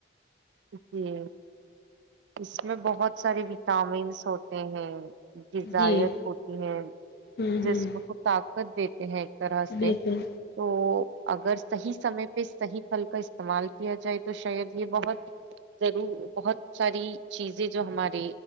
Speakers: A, on the right; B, on the left.
A: جی اس میں بہت بہت سارے وٹامنس ہوتے ہیں ڈزائت
B: جی
A: ہوتی ہیں
B: ہوں
A: جسم
B: ہوں
A: کو طاقت دی کہ طرحتے
B: بالکل
A: تو اگر صحیح سمے پہ صحیح پھل کا استعمال کیا جائے تو شاید یہ بہت ضرور بہت ساری چیزیں جو ہمارے